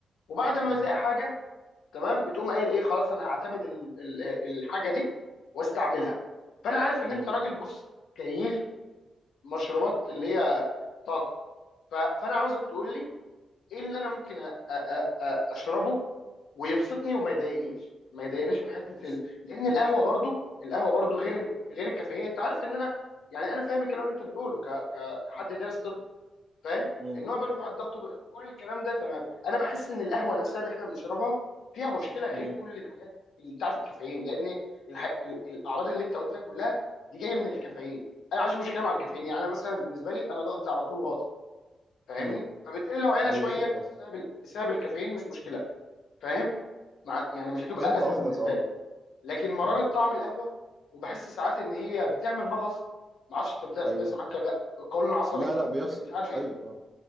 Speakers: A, on the left; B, on the right.
A: وبعد ما
B: م-
A: بتلاقي حاجه تمام بتقوم قايل ايه خلاص انا هعتمد ال- ال- الحاجه دي واستعملها فانا عارف ان
B: م-
A: انت راجل بص كيف مشروبات اللي هي طاقه ف... فانا عاوزك تقول لي ايه اللي انا ممكن أ... أ... أ... اشربه ويبسطني وما يضايقنيش ما يضايقنيش من حته
B: بص
A: ال... لان القهوه برضو القهوه برضو غير غير الكافيين انت عارف ان انا يعني انا فاهم الكلام اللي انت بتقوله ك... كحد
B: م-
A: دارس طب فاهم
B: م-
A: ان هو بيرفع الضغط وب... كل الكلام ده تمام انا بحس ان القهوه نفسها اللي احنا بنشربها فيها مشكله غير
B: م-
A: كل الحاجات اللي بتاعت الكافيين لان الح... ال... الاعراض اللي انت قلتها كلها دي جايه من الكافيين انا عايش مشكله مع الكافيين يعني انا مثلا بالنسبه لي انا ضغطي على طول واطي فاهمني
B: م-
A: فبالتالي لو عيله
B: ايوه
A: شويه
B: فهمت قصدك
A: بسبب ال- بسبب الكافيين مش مشكله فاهم مع يعني مش هتبقى
B: فهمت
A: ازمه
B: قصدك
A: بالنسبه
B: اه
A: لي لكن مراره
B: مم.
A: طعم القهوه وبحس ساعات ان هي بتعمل مغص ما اعرفش انت بت-
B: ايوه
A: بيحصل معاك ولا لا القولون العصبي
B: لا لا بيحصل
A: اللي مش عارف ايه
B: ايوه اه